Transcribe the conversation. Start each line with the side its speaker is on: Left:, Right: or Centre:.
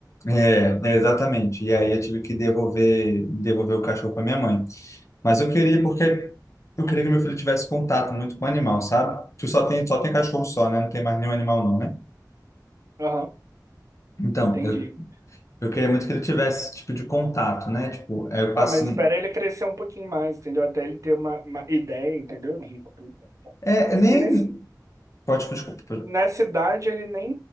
Left: é, é, exatamente. E aí eu tive que devolver, devolver o cachorro para minha mãe. Mas eu queria, porque eu queria que meu filho tivesse contato muito com o animal, sabe? Tu só tem, só tem cachorro só, né? Não tem mais nenhum animal, não, né?
Right: Aham,
Left: Então,
Right: entendi.
Left: eu, eu queria muito que ele tivesse esse tipo de contato, né? Tipo, aí eu
Right: Então,
Left: passo.
Right: mas
Left: em-
Right: espera ele crescer um pouquinho mais, entendeu? Até ele ter uma, uma ideia, entendeu? De- Porque
Left: É, nem.
Right: nesse,
Left: Pode, desculpa,
Right: nessa idade ele nem,